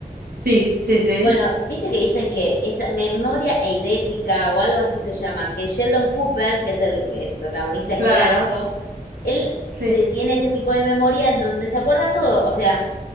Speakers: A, on the right; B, on the left.
A: Sí, sí, sí,
B: Bueno, viste que dicen que esa memoria eidética o algo así se llama, que Sheldon Cooper, que es el, el protagonista de
A: claro,
B: este El Alto, él
A: sí,
B: se tiene ese tipo de memoria en donde se acuerda todo. O sea,